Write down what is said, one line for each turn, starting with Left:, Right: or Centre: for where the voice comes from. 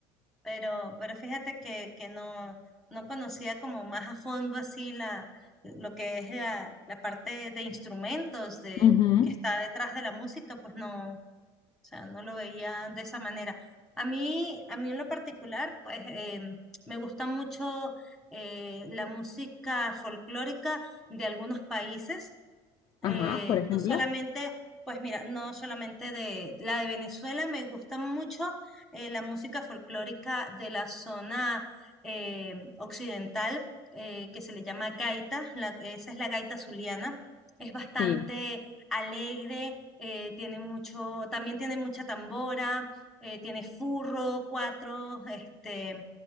Centre: pero, pero fíjate que, que no, no conocía como más a fondo así la, lo que es la, la parte de instrumentos de,
Left: Ujú.
Centre: que está detrás de la música, pues no. O sea, no lo veía de esa manera. A mí, a mí en lo particular, pues eh, me gusta mucho eh, la música folclórica de algunos países eh,
Left: Ajá, por ejemplo.
Centre: no solamente, pues mira, no solamente de la de Venezuela, me gusta mucho eh, la música folclórica de la zona eh, occidental, eh, que se le llama gaita, la- esa es la gaita zuliana, es bastante
Left: Sí,
Centre: alegre, eh, tiene mucho, también tiene mucha tambora, eh, tiene furro, cuatro, este,